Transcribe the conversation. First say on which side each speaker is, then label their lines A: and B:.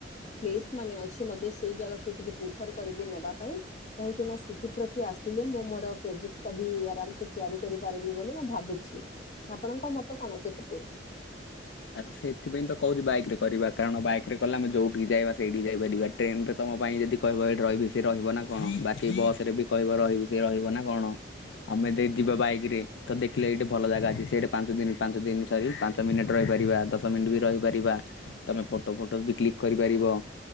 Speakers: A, on the left (about 40°); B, on the left (about 80°).
A: ପ୍ଲିସ୍ ମାନେ ଅ ଛି ମୋତେ ସେଇ ଜାଗାକୁ ଟିକେ ପ୍ରିଫର୍ କରିବି ନେବା ପାଇଁ। କାହିଁକି ନା ସ୍ଥିତି ପ୍ରତି ଆସିଲେ ମୁଁ ମୋର ପ୍ରୋଜେକ୍ଟ ଟା ବି ଆରାମସେ ତିଆରି କରିପାରିବି ବୋଲି ମୁଁ ଭାବୁଛି। ଆପଣଙ୍କ ମତ କଣ ସେପତି?
B: ଆରେ ସେଥିପାଇଁ ତ କହୁଚି ବାଇକ୍ ରେ କରିବା। କାରଣ ବାଇକ୍ ରେ କଲେ ଆମେ ଯୋଉଠିକି ଚାହିଁବା ସେଇଠିକି ଯାଇପାରିବା। ଟ୍ରେନ୍ ରେ ତୋମ ପାଇଁ ଯଦି କହିବ ଏଇଠି ରହିବି ସିଏ ରହିବ ନା କଣ? ବାକି ବସ୍ ରେ ବି କହିବ ରହିବି ସିଏ ରହିବ ନା କଣ? ଆମେ ଯେ ଯିବା ବାଇକ୍ ରେ ତ ଦେଖିଲେ ଏଇଠି ଭଲ ଜାଗା ଅଛି ସେଇଠି ପାଞ୍ଚ ଦିନ ପାଞ୍ଚ ଦିନ ସରି ପାଞ୍ଚ ମିନିଟ୍ ରହିପାରିବା ଦଶ ମିନିଟ୍ ବି ରହିପାରିବା। ତୋମେ ଫଟୋ ଫଟୋ ବି କ୍ଲିକ୍ କରିପାରିବ।